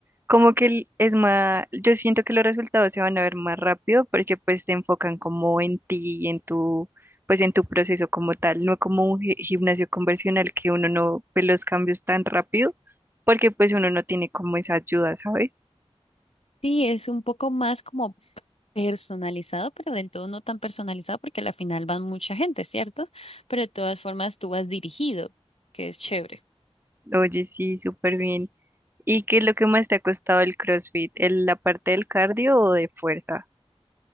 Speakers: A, on the right; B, on the left.
A: como que el- es más, yo siento que los resultados se van a ver más rápido porque pues te enfocan como en ti y en tu, pues en tu proceso como tal, no como un gi- gimnasio convencional que uno no ve los cambios tan rápido porque pues uno no tiene como esa ayuda, ¿sabes?
B: Sí, es un poco más como Personalizado, pero del todo no tan personalizado porque a la final van mucha gente, ¿cierto? Pero de todas formas tú vas dirigido, que es chévere.
A: Oye, sí, súper bien. ¿Y qué es lo que más te ha costado el CrossFit? ¿El- la parte del cardio o de fuerza?